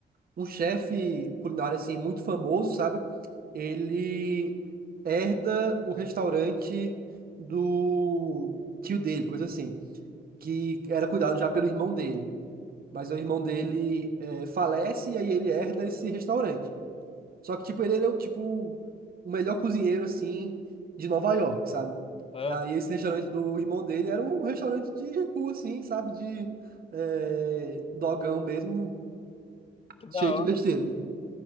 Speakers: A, on the right; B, on the left.
A: um chefe culinário, assim, muito famoso, sabe? ele herda o restaurante do tio dele, coisa assim, que era cuidado já pelo irmão dele. Mas o irmão dele é, falece e aí ele herda esse restaurante. Só que, tipo, ele, ele é o, tipo, o melhor cozinheiro, assim, de Nova York, sabe?
B: Ah,
A: E aí esse restaurante do irmão dele era um restaurante de rua, assim, sabe? De é, dogão mesmo,
B: que da
A: cheio
B: hora.
A: de besteira, né?